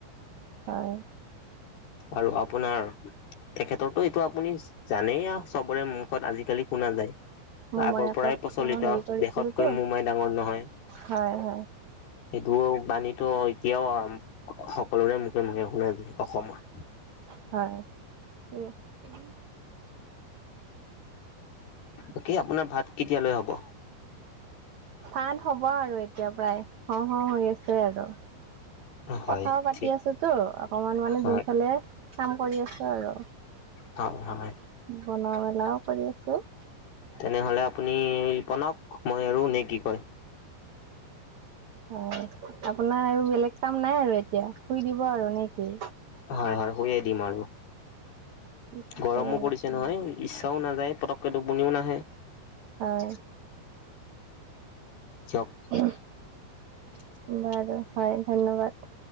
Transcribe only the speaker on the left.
আৰু আপোনাৰ, তেখেতৰো এইটো আপুনি জানেই চবৰে মুখত আজি- কালি শুনা যায়।
আগৰ পৰাই প্ৰচলিত,
দেশতকৈ মোমাই ডাঙৰ নহয়।
সেইটো বাণীতো এতিয়াও সকলোৰে মুখে মুখে শুনা যায়, অসমৰ।
বাকী, আপোনাৰ ভাত কেতিয়ালৈ হ'ব!
হয়
ঠিক
হয়
হয়, হয়।
তেনেহ'লে আপুনি বনাওঁক! মই আৰু নে কি কয়,
হয় হয়, শুইয়ে দিম আৰু।
গৰমো
পৰিছে নহয়, ইচ্ছাও নাযায়, পতককে টোপনিও নাহে!
চব,